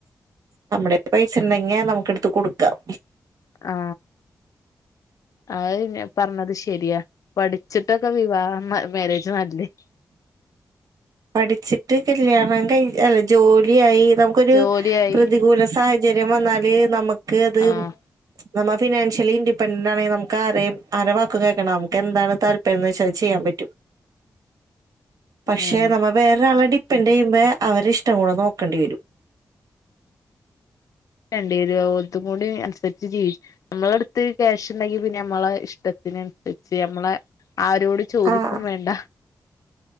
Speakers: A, on the right; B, on the left.
A: നമ്മുടെല് പൈസ ഇണ്ടെങ്കി നമുക്ക് എടുത്ത് കൊടുക്കാം
B: ആ അത് ഇന്നെ പറഞ്ഞത് ശരിയാ പഠിച്ചിട്ടൊക്കെ വിവാഹം മാരേജ് നല്ലെത്
A: പഠിച്ചിട്ട് കല്യാണം കഴി അല്ല ജോലിയായി നമുക്കൊരു
B: ജോലിയായി
A: പ്രതികൂല സാഹച ചര്യം വന്നാല് നമക്കത്
B: ആഹ്
A: നമ്മ ഫിനാൻ്യലി ഇൻിെപെന്റന്റ് ആണെങ്കി നമക്കാരെയും ആരെ വക്കും കേക്കണ്ട നമുകെന്താണ് താല്പര്യംന്ന് വെച്ചാ അത് ചെയാൻ പറ്റും പക്ഷെ
B: ഉം
A: നമ്മൾ വേറൊരാളെ ഡിപ്പെന്റ് ചെയ്യുമ്പയെ അവരെ ഇഷ്ടം കൂടെ നോക്കെണ്ടിവെരും
B: ണ്ടേരും ഓൽതും കൂടി അൻസരിച്ച് ജീവി നമ്മള അടുത്ത് ക്യാഷ് ഉണ്ടങ്കി പിന്നെ നമ്മളെ ഇഷ്ടത്തിനൻസരിച്ച് നമ്മളെ ആരോടും ചോദിക്കും
A: ആഹ്
B: വേണ്ട